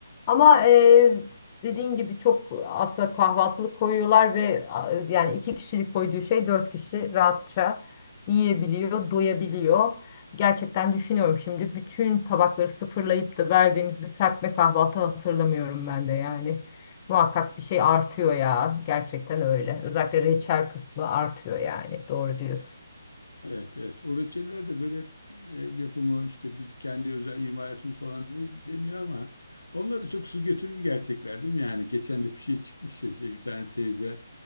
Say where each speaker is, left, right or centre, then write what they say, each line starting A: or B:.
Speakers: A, on the left; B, on the left.
A: Ama e, dediğin gibi çok aslında kahvaltılık koyuyorlar ve a, yani iki kişilik koyduğu şey dört kişi rahatça yiyebiliyor, doyabiliyor. Gerçekten düşünüyorum şimdi bütün tabakları sıfırlayıp da verdiğimiz bir serpme kahvaltı hatırlamıyorum ben de yani. Muhakkak bir şey artıyor ya. Gerçekten öyle. Özellikle reçel kısmı artıyor yani. Doğru diyorsun.
B: Evet, evet. O reçeller de böyle ev yapımı işte biz kendi özel imalatımız falan deni- deniyor ama onlar da çok su götürür gerçekler değil mi? Yani geçen de bir şey çıkmış ya işte bir tane teyze